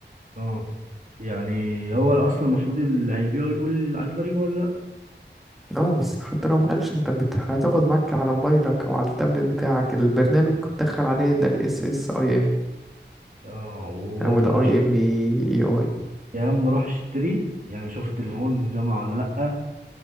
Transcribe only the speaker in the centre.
اه بس حتى لو مقالش انت بت... هتاخد معاك على موبايلك او على التابلت بتاعك البرنامج وتدخل عليه ده الاس اس اي ام
او ال اي ام اي اي